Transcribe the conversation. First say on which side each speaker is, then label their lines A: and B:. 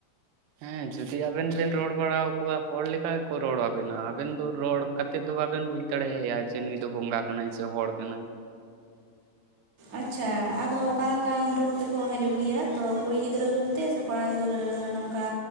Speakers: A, on the right; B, on the right.
A: ᱦᱮᱸ ᱡᱩᱫᱤ ᱟᱵᱮᱱ ᱵᱮᱱ ᱨᱚᱲ ᱵᱟᱲᱟᱚᱭᱟ ᱦᱚᱲ ᱞᱮᱠᱟ ᱜᱮᱠᱚ ᱨᱚᱲ ᱟᱵᱮᱱᱟ ᱟᱵᱮᱱ ᱫᱚ ᱨᱚᱲ ᱠᱟᱛᱮᱫ ᱫᱚ ᱵᱟᱵᱮᱱ ᱵᱩᱡᱽ ᱫᱟᱲᱮᱭᱟᱭᱟ ᱡᱮ ᱱᱩᱭ ᱫᱚ ᱵᱚᱸᱜᱟ ᱠᱟᱱᱟᱭ ᱥᱮ ᱦᱚᱲ ᱠᱟᱱᱟᱭ
B: ᱟᱪᱪᱷᱟ ᱟᱫᱚ ᱚᱠᱟ ᱞᱮᱠᱟᱱ ᱨᱩᱯ ᱛᱮᱠᱚ ᱦᱤᱡᱩᱜ ᱜᱮᱭᱟ ᱛᱚ ᱠᱩᱲᱤ ᱜᱤᱫᱽᱨᱟᱹ ᱨᱩᱯ ᱛᱮ ᱥᱮ ᱠᱚᱲᱟ ᱜᱤᱫᱽᱨᱟᱹ ᱱᱚᱝᱠᱟ